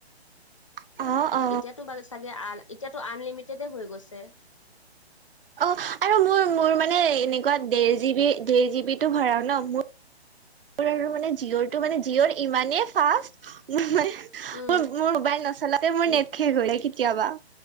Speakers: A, on the right (about 55°); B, on the left (about 30°).
A: অ অ
B: এতিয়াতো বাৰু চাগে আ এতিয়াতো আনলিমিটেডে হৈ গৈছে।
A: অ, আৰু মোৰ মোৰ মানে এনেকুৱা দেৰ জি বি দেৰ জি বি টো হয় আৰু ন মোৰ আৰু মানে জিঅ'ৰটো মানে জিঅ'ৰটো ইমানে ফাষ্ট <inaudible> মোৰ
B: উম
A: মোৰ মোবাইল নচলাতে মোৰ
B: উম।
A: নেট শেষ হ'ল কেতিয়াবা,